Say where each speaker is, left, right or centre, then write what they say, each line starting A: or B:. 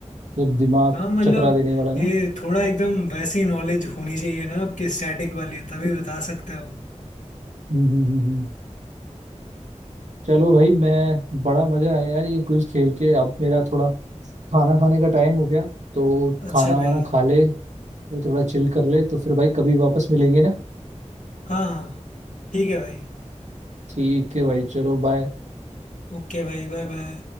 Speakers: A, on the right; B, on the left.
A: जब दिमाग
B: हाँ मतलब
A: चकरा देने वाला ना
B: ये थोड़ा एकदम वैसी नॉलेज होनी चाहिए ना आपकी स्टैटिक वाली तभी बता सकते हो
A: हम्म हम्म, हम्म, हम्म। चलो भाई मैं बड़ा मजा आया यार ये क्विज खेल के अब मेरा थोड़ा खाना खाने का टाइम हो गया तो
B: अच्छा
A: खाना
B: भाई
A: वाना खा ले फिर थोड़ा चिल कर ले तो फिर भाई कभी वापस मिलेंगे ना
B: हाँ हाँ ठीक है भाई
A: ठीक है भाई चलो बाय
B: ओके भाई बाय बाय